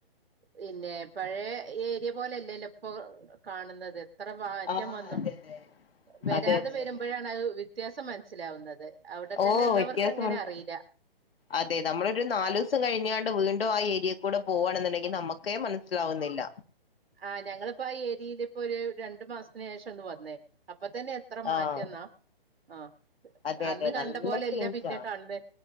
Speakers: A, on the right; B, on the left.
A: പിന്നെ പഴയ ഏരിയ പോലല്ലല്ലോ ഇപ്പോ കണ്ന്നത് എത്ര മാറ്റം
B: ആഹ്
A: വന്നു.
B: അതെ അതെ
A: വെരാതെ
B: അതെ അതെ
A: വെരും <unintelligible> മ്പോ വ്യത്യാസം മനസ്സിലാവുന്നത്. അവിടെ
B: ഓ
A: തന്നെ ഉള്ളവർക്ക്
B: വ്യത്യാസമുണ്ട്
A: അങ്ങനെ അറിയില്ല
B: അതെ നമ്മളൊരു നാല് ദിവസം കഴിഞ്ഞാണ്ട് വീണ്ട ണ്ടും ആ ഏരിയൽ കൂടെ പോവാണെന്നുണ്ടെങ്കിൽ നമ്മക്കേ മനസ്സിലാവുന്നില്ല.
A: ആ ഞങ്ങളിപ്പോ ആ ഏരിയെല് ഇപ്പോ ഒരു രണ്ടു മാസത്തിന് ശേഷം ഒന്ന് വന്നേ. അപ്പൊ അപ്പോ തന്നെ എത്ര മാറ്റന്ന
B: ആഹ്
A: അ
B: അതെ
A: അന്ന്
B: അതെ
A: കണ്ട
B: നല്ല
A: പോലെല്ല
B: ചേഞ്ചാ
A: പിന്നെ കാണന്ന്